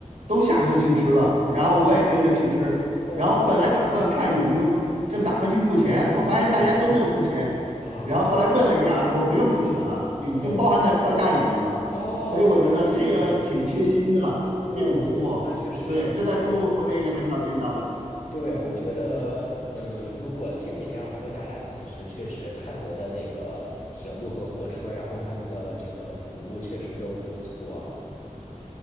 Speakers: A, on the right; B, on the left.
A: 都下车去吃了，然后我也跟着去吃，
B: 嚯，哦，
A: 然后本来打算看有没有正打算去付钱，我发现大家都没有付钱，
B: 嗯嗯，好，
A: 然后后来问了一下，说不用付钱了，也已经包含在票价里面了，
B: 哦哦，
A: 所以我觉得这个挺贴心的，
B: 原来这样，哦，
A: 这种服务，
B: 那确实是，
A: 对，
B: 那确实是，
A: 这在中国国内也很少见到的。
B: 对，我觉得，嗯，如果听你这样说下来，其实确实泰国的那个铁路和火车，然后他们的这个服务确实都不错。